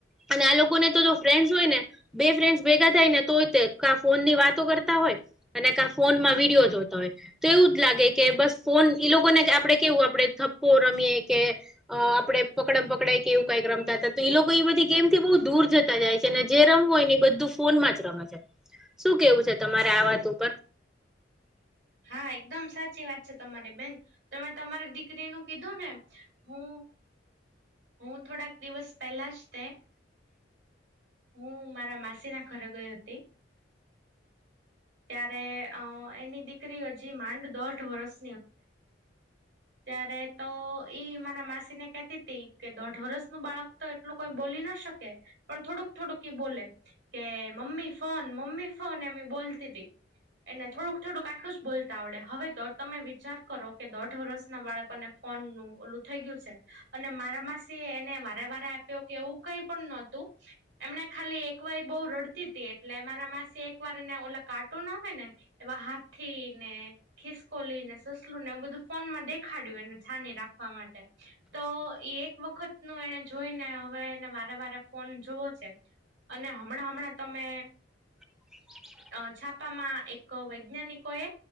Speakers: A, in the centre; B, on the right.
A: અને આ લોકોને તો ફ્રેન્ડસ હોય ને બે ફ્રેન્ડ ભેગા થાય ને તોય ફોન ની વાતો કરતા હોય. અને ક ફોનમાં વિડીયો જોતા હોય. તો એવું જ લાગે કે બસ ફોન લોકોને આપડે કેવું આપડણે થપ્પો રમીએ કે. અ આપડે પકડમ પકડાય કે એવું કઈ રમતા હતા તો એ લોકો એ બધી ગેમથી બહુ દૂર જતા જાય છે ને જે રમવું હોય ને એ બધું ફોનમાં જ રમે છે. શું કેવું છે તમારે આ વાત ઉપર?
B: હા એકદમ સાચી વાત છે તમારી બેન. તમે તમારી દીકરીનું કીધું ને હું હું થોડાક દિવસ પહેલા જ તે હું મારા માસી ના ઘરે ગઈ હતી. ત્યારે અ એની દીકરી હજી માંડ દોઢ વર્ષ ત્યારે તો ઈ મને માસીને કેતી હતી. કે દોઢ વર્ષ ન બાળક તો એટલું કોઈ બોલી ના શકે પણ થોડુંક થોડુંક એ બોલે. કે મમ્મી ફોન મમ્મી ફોન એમી બોલતી હતી. એને થોડુંક થોડુંક આટું જ બોલતા આવડે. હવે તમે વિચાર કરો કે દોઢ વર્ષના બાળકોને. ફોન નું ઓલું થઈ ગયું છે. અને મારા ફાર્માસી એને વારે વારે આપ્યો કે એવું કઈ પણ નહોતું. એમણે ખાલી એક વાર બહુ રડતી હતી એટલે મારા માસી એક વાર ને ઓલા કાટું ના હોય ને એવા હાથી ને ખીસકો લઈ ને સસલું ને એ બધું ફોનમાં દેખાડ્યું એને છાની રાખવા માટે તો એ એક વખત નું એને જોઈને હવે એને મારે વારે ફોન જોવો છે. અને હમણાં હમણાં તમે
A: <inaudible>
B: અ છાપામાં એક વૈજ્ઞાનિકોએ